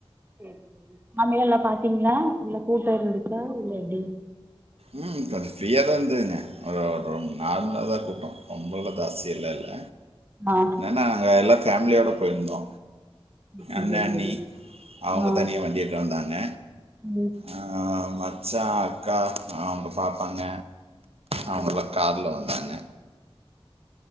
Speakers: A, on the right; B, on the right.
A: சேரி சேரி சாமிலா நல்லா பாத்தீங்களா இல்ல கூட்டோ இருந்துச்சா இல்ல எப்டி
B: ம் <unintelligible> ஃப்ரீயா தா இருந்துதுங்க ஒரு ஒரு நார்மலா தா கூட்டோ ரொம்பல்லா தாஸ்தியெல்லா இல்ல
A: ஆ
B: னன்னா எல்லாத் ஃபேம்லியோட போயிருந்தோ
A: சேரி
B: அண்ண அண்ணி
A: சேரி
B: அவங்க
A: ஆ
B: தனியா வண்டி எட்டு வந்தாங்க
A: ம்
B: ஆ மச்சா அக் க்கா அவங்க பாப்பாங்க அவங்கல்லா
A: ம்
B: கார்ல வந்தாங்க